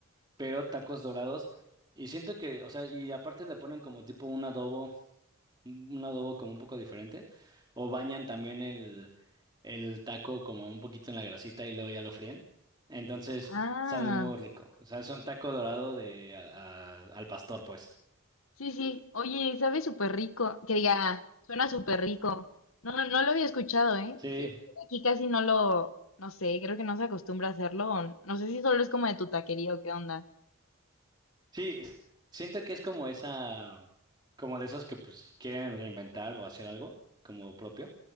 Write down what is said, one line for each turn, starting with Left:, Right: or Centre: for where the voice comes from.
Right: pero tacos dorados. Y siento que, o sea, y aparte le ponen como tipo un adobo, un adobo como un poco diferente, o bañan también el, el taco como un poquito en la grasita y luego ya lo fríen. Entonces
Left: Ah,
Right: sabe muy rico. O sea, es un taco dorado de a- a- al pastor, pues.
Left: sí, sí. Oye, sabe súper rico. Que diga, suena súper rico. No, no, no lo había escuchado, ¿eh?
Right: Sí,
Left: Que- Aquí casi no lo, no sé, creo que no se acostumbra a hacerlo. o No sé si solo es como de tu taquería o qué onda.
Right: sí, siento que es como esa, como de esos que pues quieren reinventar o hacer algo como propio.